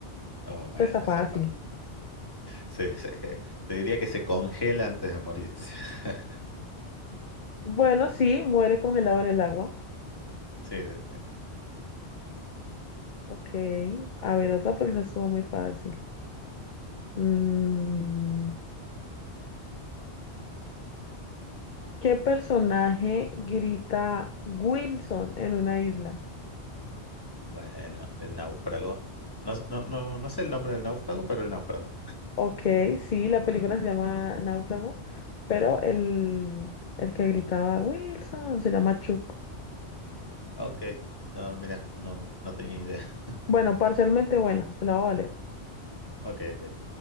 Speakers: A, on the left; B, on the left.
A: Oh, bueno,
B: Esto está fácil.
A: esa es fácil. Se- se- te diría que se congela antes de morirse. <laughs>
B: Bueno, sí, muere congelado en el agua.
A: Sí, sí, sí.
B: Ok, a ver, otra porque esa estuvo muy fácil. Mm,
A: Ujú.
B: ¿qué personaje grita Wilson en una isla?
A: Bueno, el náufrago. No, no, no, no sé el nombre del náufrago, pero el náufrago.
B: Ok, sí, la película se llama Náufrago, pero el, el que gritaba Wilson se llama Chuck.
A: Ok. No, mira, no, no tenía idea. <laughs>
B: Bueno, parcialmente buena, te la va a valer.
A: Ok, ok.